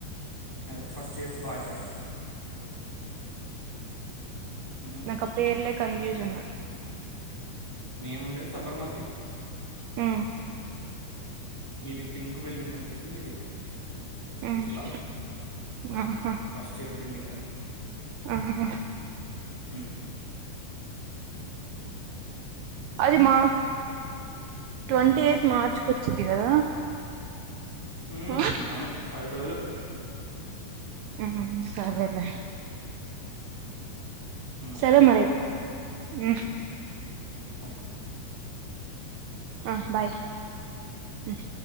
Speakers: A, in the centre; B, on the right.
A: అదే ఫస్ట్ ఇయర్స్ బాయ్స్ హస్టల్ మ్మ్.
B: నాక్ ఆ పేర్లే కన్ఫ్యూషన్
A: మేముండెది సబర్మతి
B: మ్
A: ఇది పింక్ బిల్డింగ్ వచ్చేసి
B: మ్
A: మిథిలా
B: హ హు
A: ఫస్ట్ ఇయర్ బిల్డింగ్ అది
B: ఆహా హా
A: మ్
B: అది మా ట్వంటీ
A: మ్మ్.
B: ఎయిత్ మార్చ్కి వచ్చిది కదా
A: మ్మ్.
B: ఆ
A: అవును పది రోజులు
B: మ్ సరేలే
A: మ్మ్.
B: సరేమరి మ్
A: ఒకె
B: ఆ బాయ్ మ్